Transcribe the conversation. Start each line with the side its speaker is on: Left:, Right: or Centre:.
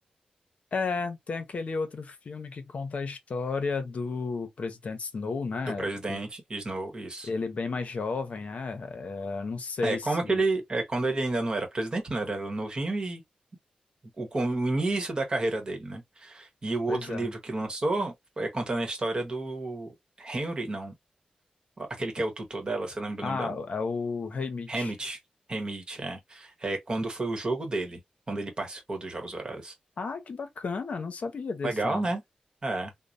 Left: É, tem aquele outro filme que conta a história do presidente Snow, né,
Right: do presidente
Left: que
Right: Snow, isso.
Left: ele é bem mais jovem, né, é, não sei
Right: É como
Left: se...
Right: aquele, é quando ele ainda não era presidente, né? Era novinho e o, com o início da carreira dele, né? E o outro
Left: Pois é.
Right: livro que lançou é contando a história do Henry, não, aquele que é o tutor dela, você lembra
Left: Ah,
Right: o nome dela?
Left: é o Rei Mitch.
Right: Hamit, Hamit, é. É quando foi o jogo dele, quando ele participou dos Jogos Horários.
Left: Ah, que bacana, não sabia desse,
Right: Legal,
Left: não.
Right: né? É.